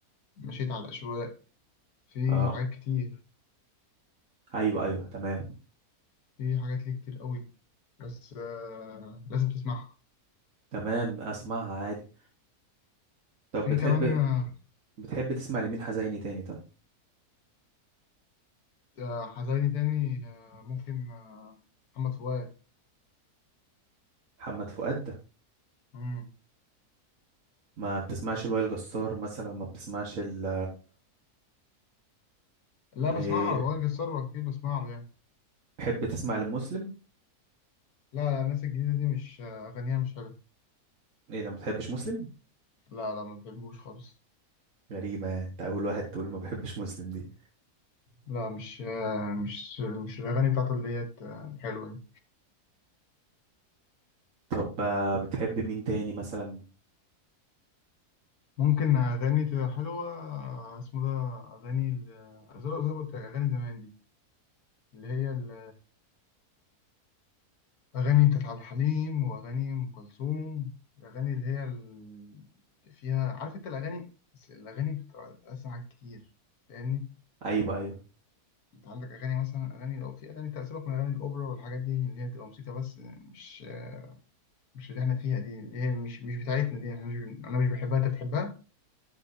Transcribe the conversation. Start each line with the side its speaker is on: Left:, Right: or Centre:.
Left: مشيت على الأشواق في
Right: اه
Left: حاجات كتير
Right: ايوه ايوه تمام
Left: في حاجات ليه كتير قوي بس آه، لازم تسمعها
Right: تمام اسمعها عادي طب
Left: وفي
Right: بتحب
Left: كمان آه،
Right: بتحب تسمع لمين حزيني تاني طيب
Left: آه، حزيني تاني آه، ممكن آه، محمد فؤاد
Right: محمد فؤاد ده
Left: مم.
Right: ما بتسمعش لوائل جسار مثلا ما بتسمعش ال
Left: لا
Right: ل-
Left: بسمعه وائل جسار كتير بسمعه يعني
Right: بتحب تسمع لمسلم
Left: لا لا الناس الجديدة دي مش آه، أغانيها مش حلوة
Right: ايه ده ما بتحبش مسلم
Left: لا لا ما بحبوش خالص
Right: غريبة يعني انت اول واحد تقول ما بحبش مسلم دي
Left: لا مش آه، مش مش الأغاني بتاعته اللي هي آه، الحلوة دي
Right: طب آه، بتحب مين تاني مثلا
Left: ممكن أغاني تبقى حلوة آه، اسمه ده أغاني ال- زي ما زي ما قلت لك، أغاني زمان دي اللي هي ال- أغاني بتاعت عبد الحليم وأغاني أم كلثوم الأغاني اللي هي اللي فيها عارف أنت الأغاني بس الأغاني بتتقسم حاجات كتير فاهمني
Right: ايوه ايوه
Left: أنت عندك أغاني مثلا أغاني أو في أغاني تأثيرك من أغاني الأوبرا والحاجات دي اللي هي بتبقى موسيقى بس مش مش اللي إحنا فيها دي اللي هي مش مش بتاعتنا دي إحنا مش بن- أنا مش بحبها أنت بتحبها؟